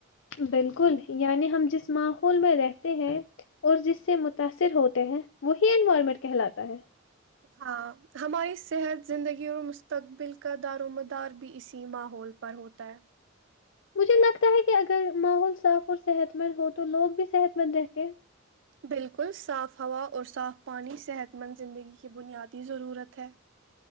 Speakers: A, on the left (about 65°); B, on the right (about 65°).
A: بالکل یعنی ہم جس ماحول میں رہتے ہیں اور جس سے متاثر ہوتے ہیں وہی انوائرمنٹ کہلاتا ہے
B: ہاں ہماری صحت زندگی اور مستقبل کا دار و مدار بھی اسی ماحول پر ہوتا ہے
A: مجھے لگتا ہے کہ اگر ماحول صاف اور صحت مند ہو تو لوگ بھی صحت مند رہتے ہیں
B: بالکل صاف ہوا اور صاف پانی صحت مند زندگی کی بنیادی ضرورت ہے